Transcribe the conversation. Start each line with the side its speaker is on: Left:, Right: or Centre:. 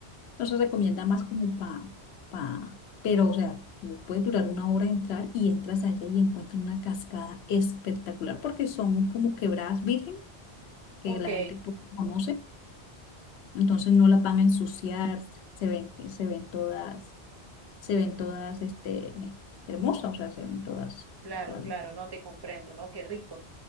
Left: Entonces recomienda más como pa, pa, pero o sea, tú puedes durar una hora entrar y entras allá y encuentras una cascada espectacular, porque son como quebradas virgen que
Right: Ok,
Left: la gente poco conoce, entonces no las van a ensuciar, se ven, se ven todas, se ven todas este, hermosas, o sea, se ven todas,
Right: claro,
Left: todas
Right: claro, no te comprendo, ¿no? Qué rico.